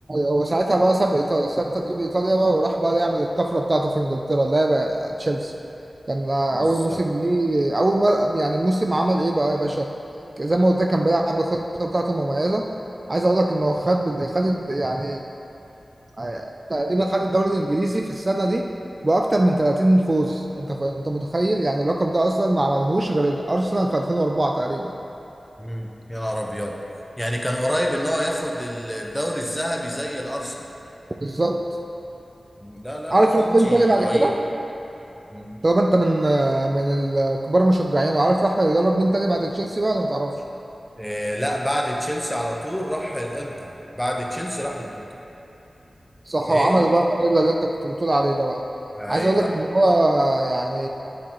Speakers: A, on the right; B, in the centre.
A: هو ساعتها بقى ساب ايطاليا ساب تدريب ايطاليا بقى وراح بقى يعمل الطفره بتاعته في انجلترا اللي هي بقى تشيلسي كان اول
B: بالظبط
A: موسم ليه اول ما يعني موسم عمل ايه بقى يا باشا زي ما قلت لك كان بيلعب الخطه بتاعته مميزه عايز اقول لك انه خد خد يعني آه، تقريبا خد الدوري الانجليزي في السنه دي باكتر من 30 فوز انت ف... انت متخيل يعني اللقب ده اصلا ما عملهوش غير الارسنال في 2004 تقريبا
B: مم. يا نهار ابيض يعني كان قريب ان هو ياخد الدوري الذهبي زي الارسنال
A: بالظبط
B: مم. لا لا
A: عارف
B: لا كونتي
A: القيم تاني بعد
B: رهيب
A: كده
B: مم.
A: طب انت من من الكبار المشجعين وعارف احمد يدرب مين تاني بعد تشيلسي بقى ولا ما تعرفش
B: إيه لا بعد تشيلسي على طول راح الانتر بعد تشيلسي راح الانتر
A: صح
B: ايه
A: وعمل بقى الفانيلا اللي انت كنت بتقول عليه ده بقى
B: ايوه
A: عايز اقول لك ان هو يعني